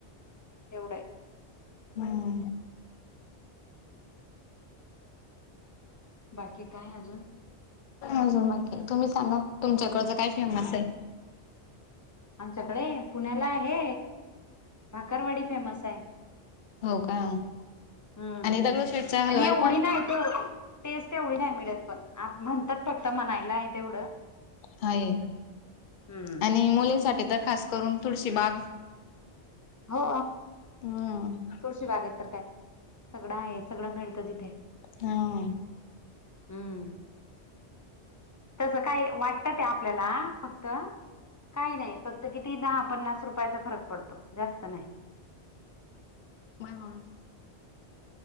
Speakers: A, on the left; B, on the left.
A: एवढय.
B: हम्.
A: बाकी काय अजून?
B: अजून बाकी तुम्ही सांगा तुमच्याकडच काय फेमस आहे?
A: आमच्याकडे पुण्याला हे भाकरवाडी फेमस आहे.
B: हो का
A: हम्म
B: आणि
A: हम
B: दगडूशेठचा हलवाई
A: पण एवडी नाहि <unintelligible> टेस्ट तेवढी नाही मिळत पण म्हणतात फक्त म्हणायला आहे तेवढं
B: हाय
A: हम्म
B: आणि मुलींसाठी तर खास करून तुळशी बाग
A: हो
B: ह
A: तुळशी बागेत काय तर काय सगळं आहे सगळं मिळतं तिथे.
B: ह.
A: हम्म. तस काय वाटतं ते आपल्याला फक्त काही नाही फक्त किती दहा पन्नास रुपयाचा फरक पडतो जास्त नाही.
B: मायव्ह <unintelligible>